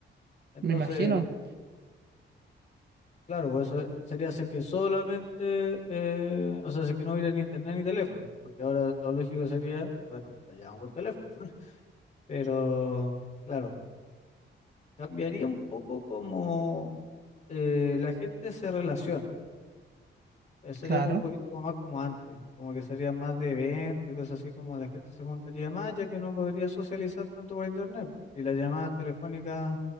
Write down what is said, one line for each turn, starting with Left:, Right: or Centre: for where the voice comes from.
Left: Entonces,
Right: me imagino,
Left: claro, pues eso sería así que solamente, eh, o sea, así que no hubiera ni internet ni teléfono, porque ahora lo lógico sería, bueno, te llamo por teléfono. Pero, claro, cambiaría un poco como eh, la gente se relaciona. Eh, Sería
Right: claro,
Left: como un poquito como más como antes, como que sería más de eventos y cosas así, como la gente se juntaría más, ya que no podría socializar tanto por internet. Y las llamadas telefónicas,